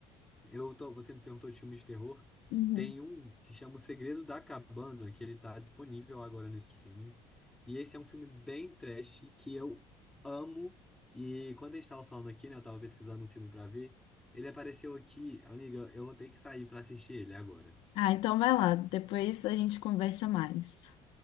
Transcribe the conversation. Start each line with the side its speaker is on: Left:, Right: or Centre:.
Centre: Eu tô, você me perguntou de filme de terror.
Left: Uhum.
Centre: Tem um que chama O Segredo da Cabana, que ele tá disponível agora no streaming. E esse é um filme bem trash que eu amo. E quando a gente tava falando aqui, né, eu tava pesquisando um filme pra ver, ele apareceu aqui. Amiga, eu vou ter que sair pra assistir ele agora.
Left: Ah, então vai lá. Depois a gente conversa mais.